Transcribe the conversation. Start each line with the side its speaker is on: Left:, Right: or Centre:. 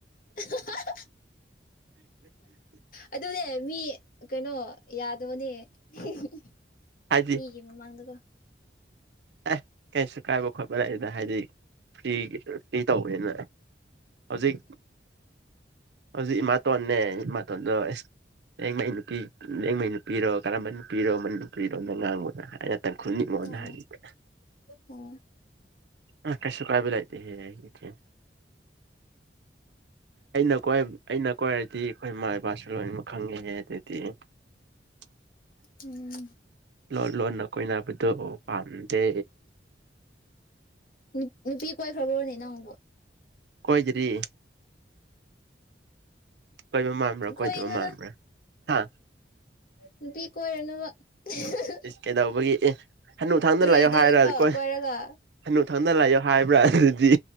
Left: <unintelligible> ꯑꯗꯨꯅꯦ ꯃꯤ ꯀꯩꯅꯣ ꯌꯥꯗꯕꯅꯦ <unintelligible>
Right: ꯍꯥꯏꯗꯤ
Left: ꯃꯤꯒꯤ ꯃꯃꯥꯡꯗꯀꯣ
Right: ꯑꯦ ꯀꯩꯁꯨ ꯀꯥꯏꯕ ꯈꯣꯠꯄ ꯂꯩꯗ ꯍꯥꯏꯗꯤ ꯐ꯭ꯔꯤꯒꯤ ꯐ꯭ꯔꯤ ꯇꯧꯕꯅꯤꯅ ꯍꯧꯖꯤꯛ ꯍꯧꯖꯤꯛ ꯏꯃꯥꯇꯣꯟꯅꯦ ꯏꯃꯥꯇꯣꯟꯗꯣ ꯑꯦꯡ ꯃꯥꯏ ꯅꯨꯄꯤ ꯑꯦꯡ ꯃꯥꯏ ꯅꯨꯄꯤꯔꯣ ꯀꯔꯝꯕ ꯅꯨꯄꯤꯔꯣ ꯃꯅꯤꯄꯨꯔꯤ ꯂꯣꯟꯗ ꯉꯥꯡꯕ ꯉꯁꯥꯏꯅ ꯇꯥꯡꯈꯨꯟꯅꯤꯛ ꯃꯣꯜꯅ
Left: ꯑꯣ ꯑꯣ
Right: ꯍꯥꯏꯕꯅꯤ
Left: ꯑꯣ
Right: ꯑ ꯀꯩꯁꯨ ꯀꯥꯏꯕ ꯂꯥꯏꯇꯦꯍꯦ ꯑꯩꯒꯤꯗꯤ ꯑꯩꯅ ꯀꯣꯢ ꯑꯩꯅ ꯀꯣꯏꯔꯗꯤ ꯑꯩꯈꯣꯏ ꯏꯃꯥ ꯏꯄꯥꯁꯨ ꯂꯣꯏꯅꯃꯛ ꯈꯪꯉꯦꯍꯦ ꯑꯗꯨꯗꯤ <inaudible>
Left: ꯎꯝ
Right: ꯂꯣꯟ ꯂꯣꯟꯅ ꯀꯣꯏꯅꯕꯗꯣ ꯄꯥꯝꯗꯦ
Left: ꯅꯨꯞ ꯅꯨꯄꯤ ꯀꯣꯏꯈ꯭ꯔꯕꯣꯅꯦ ꯅꯪꯕꯣ
Right: ꯀꯣꯏꯗꯔꯤ ꯀꯣꯢꯕ ꯃꯥꯟꯕ꯭ꯔꯥ ꯀꯣꯢꯗꯕ
Left: ꯀꯣꯏꯅꯨꯗ
Right: ꯃꯥꯟꯕ꯭ꯔꯥ ꯍꯥ
Left: ꯅꯨꯄꯤ ꯀꯣꯏꯔꯅꯨꯕ <unintelligible>
Right: ꯏꯁ ꯀꯩꯗꯧꯕꯒꯤ ꯑꯦ ꯍꯅꯨꯊꯡꯗ
Left: ꯀꯔꯤ
Right: ꯂꯩꯌꯣ
Left: ꯇꯧꯒꯦꯔꯣ
Right: ꯍꯥꯏꯔꯣ ꯀꯣꯏ
Left: ꯀꯣꯏꯔꯒ
Right: ꯍꯅꯨꯊꯪꯗ ꯂꯩꯌꯣ ꯍꯥꯏꯕ꯭ꯔꯥ ꯑꯗꯨꯗꯤ